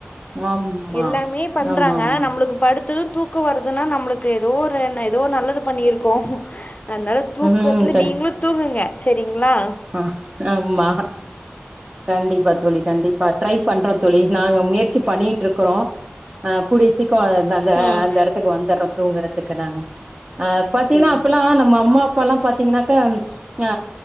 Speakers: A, on the right (about 30°); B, on the left (about 35°).
A: ஆமா
B: எல்லாமே பண்றாங்க
A: ஆமா ஆமா
B: நம்ளுக்கு படுத்து து‌ தூக்கொ வருதுன்னா நம்ளுக்கு எதோரன் எதோ நல்லது பண்ணியிருக்கோ அத்னால தூக்கத்ல
A: ம்
B: நீங்ளு தூங்குங்க செரிங்ளா
A: அ ஆம்மா கண்டிப்பா தோழி கண்டிப்பா ட்ரை பண்றோ தோழி நாங்க முயற்சி பண்ணிட்ருக்குறோ அ கூடிய சீக் கொ அதந்த அந்த
B: ம்
A: அந்தெடத்துக்கு வந்தர்றோ தூங்குறதுக்கு நாங்க அ பாத்தீங்னா
B: சரி.
A: அப்பல்லா நம்ம அம்மா ப்பால்லா பாத்தீங்கன்னாக்க ஆ